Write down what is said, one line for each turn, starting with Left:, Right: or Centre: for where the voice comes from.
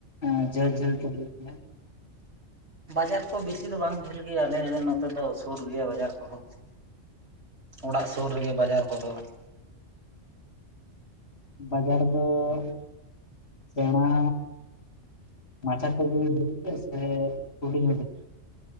Left: ᱚᱸ ᱡᱷᱟᱹᱞ ᱡᱷᱟᱹᱞ ᱛᱮ ᱦᱩᱭᱩᱜ ᱜᱮᱭᱟ?
Right: ᱵᱟᱡᱟᱨ ᱠᱚ ᱵᱤᱥᱤ ᱫᱚ ᱵᱟᱝ ᱡᱷᱟᱹᱞ ᱜᱮᱭᱟ ᱟᱞᱮ ᱱᱚᱛᱮ ᱫᱚ ᱥᱩᱨ ᱜᱮᱭᱟ ᱵᱟᱡᱟᱨ ᱠᱚᱦᱚᱸ᱾ ᱚᱲᱟᱜ ᱥᱳᱨ ᱨᱮᱜᱮ ᱵᱟᱡᱟᱨ ᱠᱚᱫᱚ᱾
Left: ᱵᱟᱡᱟᱨ ᱫᱚ ᱥᱮᱸᱬᱟ ᱢᱟᱪᱷᱟ ᱛᱮᱜᱤ ᱦᱩᱭᱩᱜ ᱜᱮᱭᱟ ᱥᱮ ᱦᱩᱰᱤᱝ ᱦᱩᱰᱤᱝ?